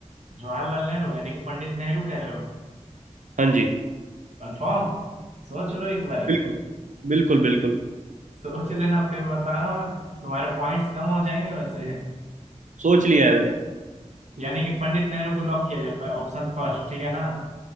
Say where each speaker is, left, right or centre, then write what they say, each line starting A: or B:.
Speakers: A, on the right; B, on the right.
A: जवाहरलाल नेहरू यानी कि पंडित नेहरू कह रहे हो
B: हाँ जी
A: कंफर्म सोच लो एक बारी
B: बिल्कुल बिल्कुल बिल्कुल
A: सोच लेना फिर बताना मत तुम्हारे पॉइंट्स कम हो जाएंगे वैसे
B: सोच लिया है मैंने
A: यानी कि पंडित नेहरू को लॉक किया जाए ऑप्शन फर्स्ट ठीक है ना